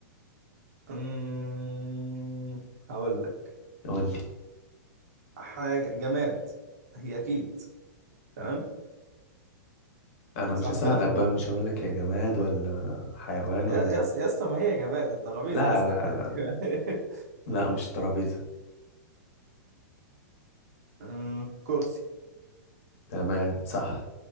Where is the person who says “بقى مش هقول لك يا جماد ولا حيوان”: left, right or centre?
Left